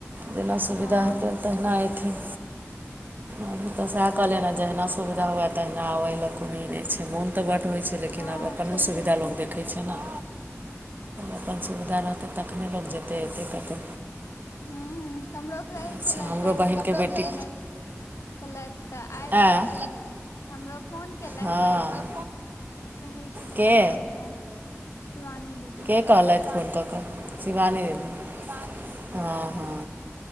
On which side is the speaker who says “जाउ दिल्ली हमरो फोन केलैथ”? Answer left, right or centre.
Left